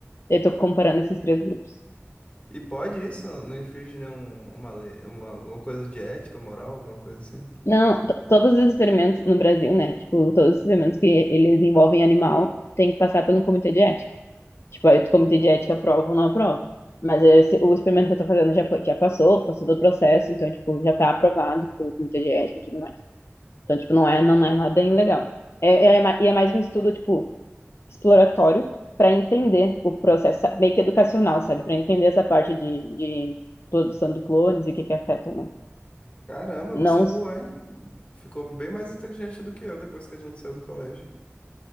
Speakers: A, on the left (about 60°); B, on the left (about 30°).
A: Eu tô comparando esses três grupos.
B: E pode isso? Não infringe nenhum, uma lei, uma, alguma coisa de ética, moral, alguma coisa assim?
A: Não, to- todos os experimentos no Brasil, né? Tipo, todos os experimentos que eles envolvem animal tem que passar pelo comitê de ética. Tipo, aí o comitê de ética aprova ou não aprova. Mas esse- o experimento que eu tô fazendo já foi, já passou, passou do processo, então, tipo, já tá aprovado pelo comitê de ética e tudo mais. Então, tipo, não é, não é nada ilegal. É, é é ma- e é mais um estudo, tipo, exploratório para entender o processo, sa- meio que educacional, sabe? Para entender essa parte de, de produção de clones e o que que afeta ou não.
B: Caramba, você
A: Não.
B: é boa, hein? Ficou bem mais inteligente do que eu depois que a gente saiu do colégio.